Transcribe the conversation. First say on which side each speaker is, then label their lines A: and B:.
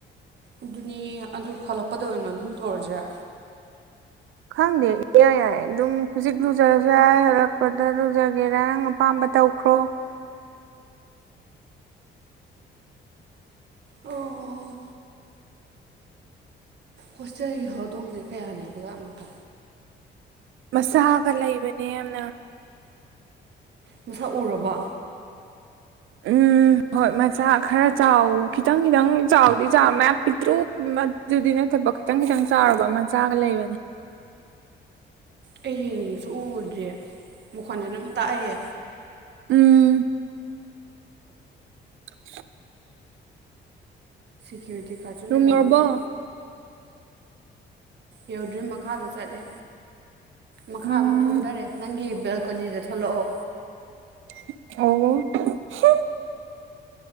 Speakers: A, on the right (about 60°); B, on the right (about 80°).
A: ꯑꯗꯨꯅꯦ ꯑꯗꯨ ꯍꯜꯂꯛꯄꯗ ꯑꯣꯏꯅ ꯑꯗꯨꯝ ꯇꯧꯔꯁꯤꯔꯥ
B: ꯈꯪꯗꯦ ꯏꯏ ꯌꯥꯏ ꯑꯗꯨꯝ ꯍꯧꯖꯤꯛ ꯂꯨꯖꯔꯁꯨ ꯌꯥꯏ ꯍꯜꯂꯛꯄꯗ ꯂꯨꯖꯒꯦꯔꯥ ꯅꯪ ꯑꯄꯥꯝꯕ ꯇꯧꯈ꯭ꯔꯣ
A: ꯑꯣ ꯑꯣ ꯍꯣꯁꯇꯦꯜꯒꯤ ꯍꯧꯔꯗꯣꯡꯁꯦ ꯀꯌꯥ ꯂꯩꯕꯖꯥꯠꯅꯣꯀꯣ
B: ꯃꯁꯥꯒ ꯂꯩꯕꯅꯤ ꯌꯥꯝꯅ
A: ꯃꯁꯛ ꯎꯔꯕ
B: ꯎꯝ ꯍꯣꯏ ꯃꯆꯥ ꯈꯔ ꯆꯥꯎ ꯈꯤꯇꯪ ꯈꯤꯇꯪ ꯆꯥꯎꯗꯤ ꯆꯥꯎ ꯃꯌꯥꯝ ꯄꯤꯠꯇ꯭ꯔꯨ ꯑꯗꯨꯗꯤ ꯅꯠꯇꯧ ꯊꯐꯥꯎ ꯈꯤꯇꯪ ꯈꯤꯇꯪ ꯆꯥꯎꯔꯕ ꯑꯃꯆꯥꯒ ꯂꯩꯕꯅꯦ
A: ꯑꯩ ꯌꯦꯡꯅꯤꯡꯉꯁꯨ ꯎꯔꯗ꯭ꯔꯦ ꯃꯈꯣꯟꯗ ꯑꯗꯨꯝ ꯇꯥꯛꯑꯦ
B: ꯎꯝ <inaudible>
A: ꯁꯦꯀ꯭ꯌꯔꯤꯇꯤ ꯀꯔꯁꯨ
B: ꯔꯨꯝ
A: ꯂꯦꯍꯥꯎꯗꯅꯦ
B: ꯌꯧꯔꯕꯣ
A: ꯌꯧꯗ꯭ꯔꯤ ꯃꯈꯥꯗ ꯆꯠꯂꯦ ꯃꯈꯥ
B: ꯎꯝ
A: ꯑꯃꯨꯛ ꯀꯨꯝꯊꯔꯦ ꯅꯪꯒꯤ ꯕꯦꯜ ꯀꯣꯅꯤꯖ ꯊꯣꯛꯂꯛꯑꯣ
B: ꯑ